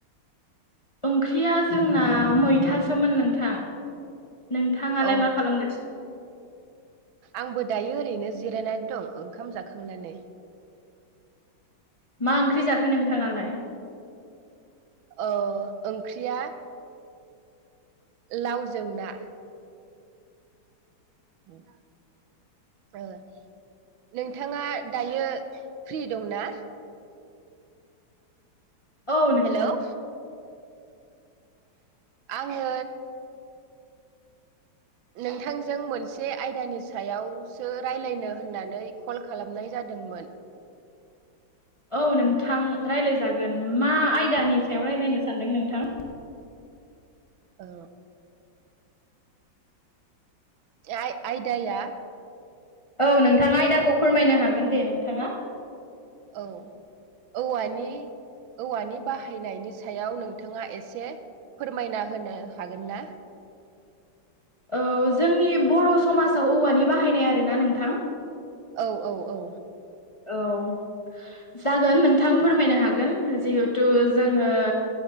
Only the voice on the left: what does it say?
ओंख्रिया जोंना मैथासोमोन नोंथां। नोंथाङालाय
मा खालामगासिनो
मा ओंख्रि जाखो नोंथाङालाय?
औ नोंथां
औ नोंथां राय्लायजागोन मा आयदानि सायाव रायज्लायनो सानदों नोंथां?
औ नोंथाङा आयदाखौ फोरमायनो हागोन दे नोंथाङा
औ जोंनि बर' समाजाव औवानि बाहायनाय आर ना नोंथां
औ जागोन नोंथां फोरमायनो हागोन जिहुथु जोङो